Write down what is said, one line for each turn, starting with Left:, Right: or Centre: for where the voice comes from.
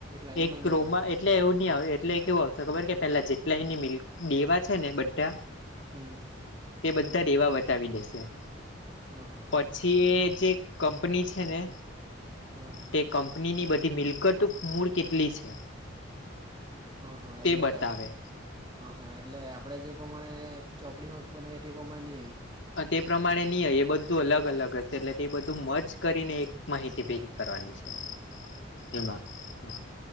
Right: લાઈનમાં
Left: એક
Right: નહી
Left: ક્રોમા
Right: આવે
Left: એ ટલે એવું નહ આવ એટલે કેવું આવશે ખબર કે પેલા જેટલા એની મિલ્ક દેવા છે ને બધા
Right: હમ્મ.
Left: તે બધાં દેવા બતાવી દેશે.
Right: આ હ.
Left: પછી એ જે કંપની છે ને
Right: હ અ.
Left: તે કંપનીની બધી મિલકતઓ મૂળ કેટલી છે?
Right: અ હ
Left: તે
Right: એટલે
Left: બતાવે
Right: અ હ એટલે આપણેે જે પ્રમાણે ચોપડીમાં બનાવી તે એ પ્રમાણે નહી હોય.
Left: અ તે પ્રમાણે નહીં આઈ એ બધું અલગ અલગ હશે એટલે તે બધું મર્જ કરીને એક માહિતી ભેગી કરવાની છે એમાં. હ અ.